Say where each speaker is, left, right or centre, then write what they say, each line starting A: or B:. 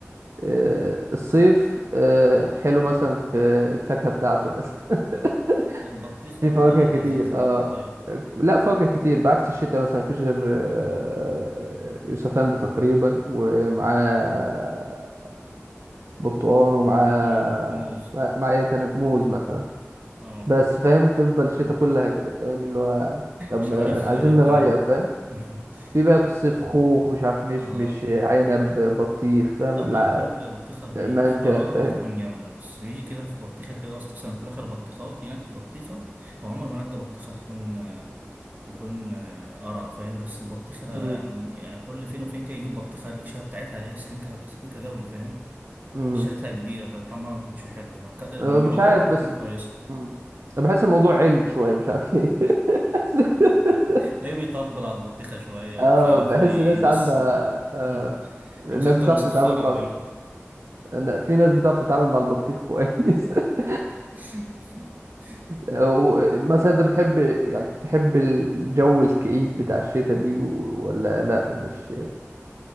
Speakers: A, on the right (about 65°); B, on the right (about 35°).
A: آه، الصيف آه، حلو مثلا في الفاكهة بتاعته مثلا
B: البطيخ
A: <laughs> في
B: اه
A: فواكه
B: ل-
A: كتير
B: لذيذ البطيخ
A: اه لا فواكه كتير بعكس الشتاء مثلا مفيش غير آه، يوسفند تقريبا ومعاه برتقان ومعاه
B: امم موز
A: مع مع ايه تاني موز مثلا
B: اه
A: بس فاهم تفضل الشتاء
B: <laughs>
A: كلها كده فاهم اللي هو طب
B: مش عارف
A: آه، عايزين
B: آه، تنوع
A: نغير فاهم
B: <laughs>
A: في بقى في الصيف خوخ مش عارف مش
B: آه،
A: مش عنب بطيخ فاهم
B: أبويا
A: الع-
B: كل بطيخة بيختارها
A: مانجا فاهم
B: بتكون جامدة بس بيجي كده في بطيخة كده أصلا مثلا كل عشر بطيخات ينك بطيخة هو عمره ما نجى بطيخة تكون آه، تكون آه، قرع فاهم بس البطيخة
A: مم.
B: يعني يعني كل فين وفين كده يجيب بطيخة القشرة بتاعتها إيه سميكة سميكة جوي فاهم
A: مم.
B: شريتها كبيرة فطعمها ما بيكونش حلو لو ك- من
A: أنا مش
B: جوه
A: عارف
B: بتكون
A: بس
B: كويسة
A: مم. أنا بحس الموضوع علم شوية مش عارف ليه <laughs>
B: تلاقيه بيطبل على البطيخة شوية
A: اه
B: ومش عارف
A: بحس
B: ويبص
A: الناس عندها
B: ال...
A: آه الناس
B: يبص حتى
A: بتعرف
B: المصفرة
A: تتعامل مع
B: ما بينهم
A: أنا- في ناس بتعرف تتعامل مع البطيخ كويس <laughs>
B: <laughs>
A: أو مثلا انت بتحب يعني تحب الجو الكئيب بتاع الشتاء دي و- ولا لا مش